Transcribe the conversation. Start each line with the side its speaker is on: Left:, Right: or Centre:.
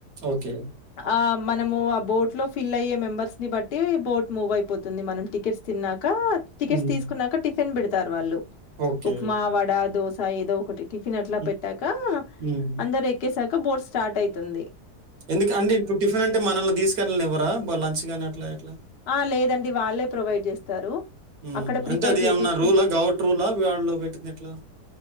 Right: ఓకే.
Left: ఆ ప్ మనము ఆ బోట్ లో ఫిల్ అయ్యే మెంబర్స్ ని బట్టి బోట్ మూవ్ అయిపోతుంది మనం టికెట్స్ తిన్నా క టికెట్
Right: హ్మ్.
Left: తీసుకున్నాక టిప్ ఫెన్ బెడతారు వాళ్ళు
Right: ఓకే.
Left: ఉప్మా వడా దోస్ స ఏదో ఒకటి టిఫిన్ అట్లా
Right: హ్మ్.
Left: పెట్టాక
Right: హ్మ్.
Left: అందరు ఎక్కేసా క బోర్స్ స్టార్ట్ అయ్తుంది
Right: ఎందుక అండి ఇప్పుడు టిఫెన్ అంటే మనల్ని తీసుకెళ్ళానివర వాల్ లంచ్ గాని అట్లా ఇట్లా
Left: ఆ లేదండి వాళ్ళే ప్రొవైడ్ చేస్తారు
Right: హుహు.
Left: అక్కడ ప్రిపేర్
Right: అంటే అది
Left: చేపిస్తా
Right: ఏమన్నా రూలా? గౌట్ రూలా? వాళ్ళు పెట్టింది ఎట్లా?